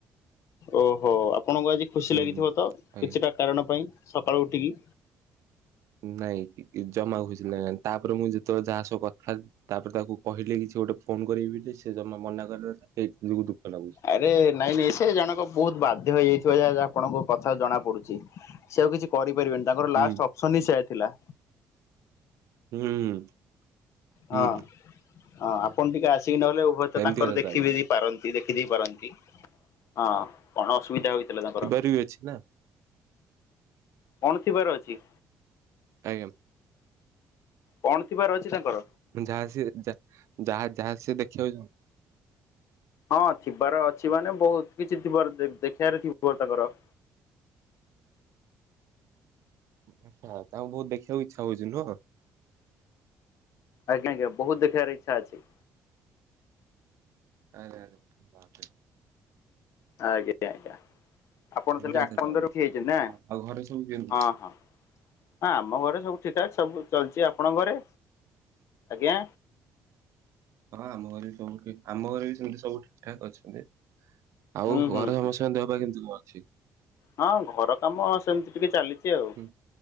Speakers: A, on the left; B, on the right.
A: ଓହୋ ଆପଣଙ୍କୁ ଆଜି ଖୁସି
B: ହୁଁ
A: ଲାଗିଥିବତ
B: ହୁଁ ଆଜ୍ଞା।
A: କିଛିଟା କାରଣ ପାଇଁ ସକାଳୁ ଉଠିକି
B: ନାଇଁ ଜମା ଖୁସି ଲାଗିଲାଣି ତାପରେ ମୁଁ ଯେତେବେଳେ ଯାହା ସବୁକଥା ତାପରେ ତାକୁ କହିଲି କିଛି ଗୋଟେ ଫୋନ କରବି ବୋଲି ସେ ଜମା ମନାକଲା ସେ କବହୁଚ ଦୁଃଖ ଲାଗୁଚି
A: ଆରେ ନାଇଁ ନାଇଁ ସେ ଜଣକ ବହୁତ ବାଧ୍ୟ ହେଇଯାଇଥିବ ଯାହା ଆପଣଙ୍କ କଥା ଜଣା ପଡୁଛି ସେ ଆଉ କିଛି କରିପାରିବେନି ତାଙ୍କର
B: ହୁଁ
A: ଲାଷ୍ଟ ଅପସନ ହିଁ ସେୟା ଥିଲା।
B: ହୁଁ, ହୁଁ
A: ହଁ ହଁ ଆପଣ ଟିକେ ଆସିକି ନହେଲେ ଉଭୟତାଙ୍କର
B: ଏମିତି କଥା
A: ଦେଖିବେ
B: ତାହେଲେ
A: ପାରନ୍ତି ଦେଖିଦେଇ ପାରନ୍ତି ହଁ କଣ ଅସୁବିଧା ହୋଇଥିଲା ତାଙ୍କର
B: ଠିକ ଅଛିନା
A: କଣ ଥିବାର ଅଛି
B: ଆଜ୍ଞା
A: କଣ ଥିବାର ଅଛି ତାଙ୍କର।
B: ଯାହା ସିଏ ଯା ଯାହା ଯାହା ସିଏ ଦେଖିବାକୁ
A: ହଁ ଥିବାର ଅଛି ମାନେ ବହୁତ କିଛି ଥିବାର ଦେଖିବାରେ ଥିବ ତାଙ୍କର
B: ଆଛା ତାଙ୍କୁ ବହୁତ ଦେଖିବାକୁ ଇଛା ହଉଚି ନୁହଁ
A: ଆଜ୍ଞା ଆଜ୍ଞା ବହୁତ ଦେଖିବାର ଇଛା ଅଛି।
B: ଆରେ ଆରେ ବାପରେ
A: ଆଜ୍ଞା ଆଜ୍ଞା ଆପଣ
B: ଏମିତି
A: ତାହେଲେ
B: କଥା
A: ଆଠଟା ପନ୍ଦରରୁ ଉଠି ଯାଇଛନ୍ତି ନା
B: ଆଉ ଆଉ ଘରେ ସବୁ କେମିତି
A: ହଁ ହଁ ହଁ ଆମ ଘରେ ସବୁ ଠିକ ଠାକ ସବୁ ଚାଲିଚି ଆପଣଙ୍କ ଘରେ ଆଜ୍ଞା
B: ହଁ ଆମ ଘରେବି ସବୁ ଠିକ୍ ଆମ ଘରେବି ସେମିତି ସବୁ ଠିକ ଠାକ ଅଛନ୍ତି। ଆଉ
A: ହୁଁ
B: ଘରେ
A: ହୁଁ ହୁଁ
B: ସମସ୍ତଙ୍କ ଦେହ ଫାହା କେମିତି କଣ ଅଛି।
A: ହଁ ଘର କାମ ସେମିତି ଟିକେ ଚାଲିଚି ଆଉ
B: ହୁଁ